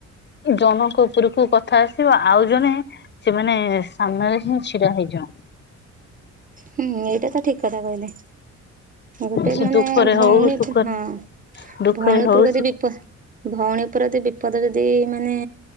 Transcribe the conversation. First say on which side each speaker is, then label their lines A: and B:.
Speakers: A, on the left (about 35°); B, on the right (about 25°).
A: ଜଣଙ୍କ ଉପରକୁ କଥା ଆସିବ ଆଉ ଜଣେ। ସେମାନେ ସାମ୍ନାରେ ହିଁ ଛିଡା ହେଇଯିବ।
B: ହୁଁ ଏଇଟା ତ ଠିକ କଥା କହିଲେ। ଗୋଟେ
A: ସେ
B: ମାନେ
A: ଦୁଃଖରେ
B: ଭଉଣୀ
A: ହଉ ସୁଖରେ
B: ହଁ
A: ଦୁଃଖରେ
B: ଭଉଣୀ
A: ହଉ
B: ଉପରକୁ ଯଦି ବିପଦ ଭଉଣୀ ଉପରେ ଯଦି ବିପଦ ଯଦି ମାନେ